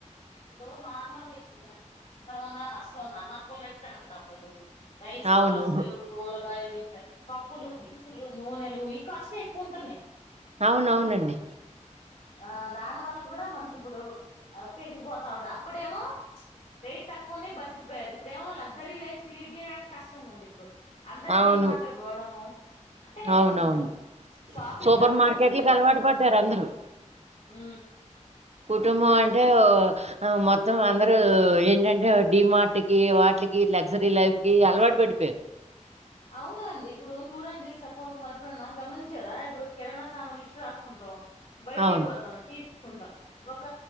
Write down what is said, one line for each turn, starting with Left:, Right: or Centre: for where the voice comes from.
Left: ఇప్పుడు నార్మల్గా ఇప్పు ఎంత కష్టం ఉన్నా నష్టం ఉంద అన్న అప్పులు చేసి తినక తప్పదు రైస్
Right: అవును.
Left: కాస్ట్ కూరగాయలు పబ్ ఉప్పులు దినుసులు నూనెలు ఈ కాష్టే ఎక్కువ ఉంటున్నాయి
Right: అవునవునండి
Left: ఆ దాని వల్ల కూడా మనకి ఇప్పుడు పెరిగిపోతా ఉండ అప్పుడేమో రేట్ తక్కువన్నా బతికిపోయారు ఇప్పుడేమో లగ్జరీ లైఫ్ కి లీడ్ చేయడానికి కష్టం ఉంది ఇప్పుడు అందరూ
Right: అవును.
Left: డిమార్ట్లకి పోవట్ అమ్మో అంటే
Right: అవునవును.
Left: కొంచెం షాపింగ్
Right: సూపర్
Left: అట్లా
Right: మార్కెట్‌లకి
Left: అవుతుంది కదా
Right: అలవాటు పడ్డారు అందరూ.
Left: ఊ
Right: కుటుంబం అంటే మొత్తం అందరూ ఏంటంటే డిమార్ట్కి వాటికి లగ్జరీ లైఫ్కి అలవాటు పడిపోయారు
Left: అవునా అండి ఇప్పుడు చూడండి సపోజ్ మన ఎప్పుడన్నా గమనించారా ఇప్పుడు కిరాణా సామాన్లు లిస్ట్ రాసుకుంటాం బయటికి
Right: అవును.
Left: పోతాం తీసు కుంటాం ఒక